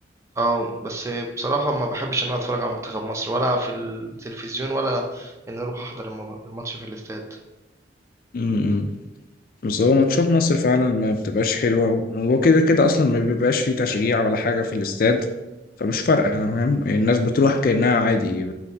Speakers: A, on the right; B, on the left.
A: آه، بس بصراحة ما باحبّش إن أنا أتفرّج على منتخب مصر ولا في التلفزيون ولا إني أروح أحضر المب الماتش في الاستاد.
B: امم بس هو ماتشات مصر فعلا ما بتبقاش حلوة وهو كده كده أصلا ما بيبقاش فيه تشجيع ولا حاجة في الاستاد فمش فارقة فاهم الناس بتروح كأنها عادي